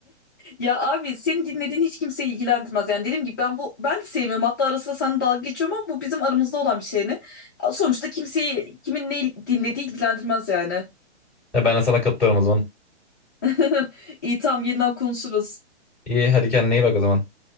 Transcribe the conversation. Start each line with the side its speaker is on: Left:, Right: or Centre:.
Left: Ya abi senin dinlediğin hiç kimseyi ilgilendirmez. Yani dediğim gibi ben bu ben de sevmiyorum. Hatta ara sıra seninle dalga geçiyorum ama bu bizim aramızda olan bir şey ne? Sonuçta kimseyi kimin ne dinlediği ilgilendirmez yani.
Centre: E ben de sana katılıyorum o zaman.
Left: <laughs> İyi tamam yeniden konuşuruz.
Centre: İyi hadi kendine iyi bak o zaman.